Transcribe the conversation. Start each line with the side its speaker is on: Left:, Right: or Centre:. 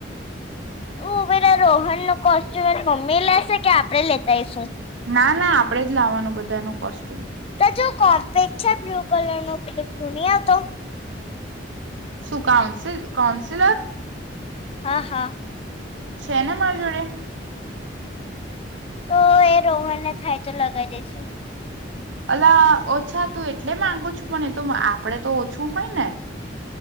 Left: ઉવેેરા રોહન નું કોસ્ટ્યુમ મમ્મી લેશે કે આપડે લેતાયશું?
Right: ના ના આપણેે જ લાવવાનું બધાનું કોસ્ટ્યુમ.
Left: તો જો કોમ્પે બ્લુ કલર નો ઉપયોગુન હતો.
Right: શું કાઉન્સિ કાઉન્સિલર?
Left: હા હા.
Right: છે ને મારી જોડે.
Left: તો એ રોહનને થાય તો લગાવી દઈશુ.
Right: અલા ઓછા તું એટલે માંગુ છુ પણ એતો આપડે તો ઓછું હોય ને.